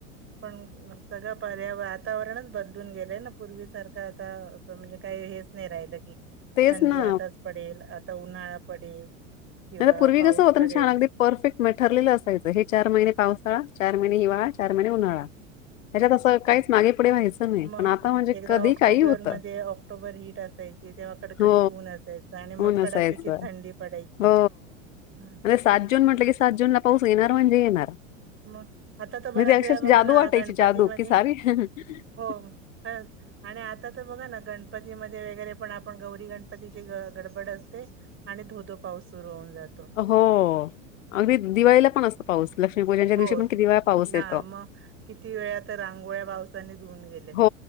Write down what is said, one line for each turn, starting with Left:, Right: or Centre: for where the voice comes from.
Right: पन सगळ पर्यावरण ऽऽ वातावरणच बदलून गेलंय ना पूर्वी सारखं आता म्हणजे, ही हेच नाही राहिलं की..
Left: तेच
Right: थंडी
Left: ना.
Right: आताच पडेल, आता उन्हाळा पडेल किंवा
Left: आता पूर्वी
Right: पाऊस
Left: कसं होत
Right: पडेल
Left: ना छान अगदी परफेक्ट ठरलेलं असायचं,, हे चार महिने पावसाळा चार महिने हिवाळा चार महिने उन्हाळा, त्याच्यात अस काही मागे पुढे व्हायचं नाही
Right: मगं
Left: पण आता म्हणजे
Right: एकदा
Left: कधी
Right: ऑक्टोबर
Left: काही होतं.
Right: मध्ये ऑक्टोबर हीट असायची तेव्हा कडकडीत
Left: हो
Right: ऊन अस.. य आणि मगं
Left: ऊन
Right: कडाक्याची
Left: असायचं
Right: थंडी पडायची..
Left: हो
Right: ह
Left: आणि सात जून म्हटलं की सात जूनला पाऊस येणार म्हणजे येणार.
Right: मग आता तर बऱ्याच
Left: मी ते अक्षरशा
Right: वेळा बघा
Left: जादू
Right: ना
Left: वाटायची
Right: गणपतीमध्ये
Left: जादू, की सारी ही
Right: हो खरचं, आणि आता तर बघा ना गणपतीमध्ये. वगैरे पण आपण गौरी गणपतीची गडबड असते आणि धोधो पाऊस सुरू होऊन जातो.
Left: हो अगदी दिवाळीला पण असत पाऊस.. लक्ष्मीपूजनच्या दिवशी
Right: हो
Left: पण किती वेळा पाऊस
Right: ना,
Left: येतो.
Right: मगं किती वेळा तर रांगोळ्या पावसाने. घेऊन गेले,
Left: हो,